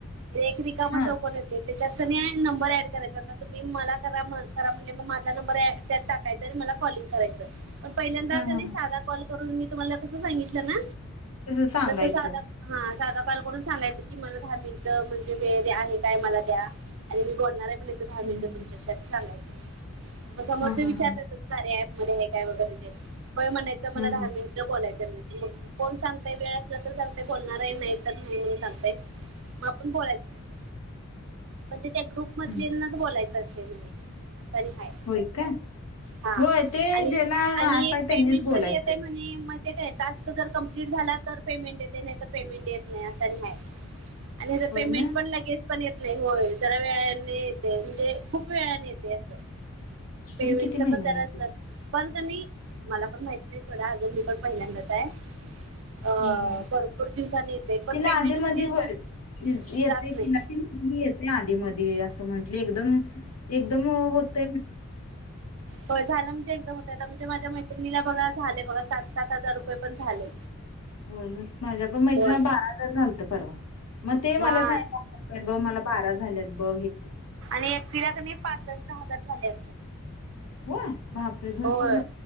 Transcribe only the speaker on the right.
रेख र कामा
चौ पण येते त्याच्यात क नंबर ऍड करायचा होता तुम्ही मला करा करा म्हणजे मग माझा नंबर ड त्या टा य मला कॉलिंग करायचं पहिल्यांदा
का नाही
साधा कॉल करून मी तुम्हाला कसं सांगितलं ना
तस साधा हा साधा काल करडून सांगायचं कि मला दहा मिनिटं म्हणजे वेळ द्या आहे काय मला द्या आणि मी बोलणार आहे म्हणे दहा मिनटं
तुमच्याच सांगायचं समोर ते
विचारत
कार्याप मध्ये आहे काय वगैरे ते म्हणायचं मला दहा
मिनिट बोलायचं म्ह कोण सांगतय वेळ असला तर सांग ते बोलणार आहे नाही तर नाही म्हणून सांगते मग आपण बोलायचं तसं पण ते त्या ग्रुप मधल्यानाच
बोलायचं असते म्हणे असं नाहीहाय
हा
आणि
आणि
पेमेंट
कधी येतय म्हणे म ते काय टास्क जर कंप्लीट झाला तर पेमेंट येते नाही तर पेमेंट येत नाही असं नाहीय आणि त्याचं
पेमेंट
पण लगेच पण येत नाही होय जरा वेळने येते म्हणजे खूप वेळाने येते असं पेमेंटचा
पण गराच
पण क नाही मला पण माहित नाही सोडा अजर मी पण पहिल्यांदाच आहे अ
भरपूर दिवसांनी येते पण
पेमेंट
कमी
असं जात नाही
हो झालं म्हणजे एकदम होत आता म्हणजे माझ्या मैत्रिणीला बघा झाले बघा सात सात हजार रुपये पण झाले
होय
हा
एकटला पासष्ट हजार झाले
होय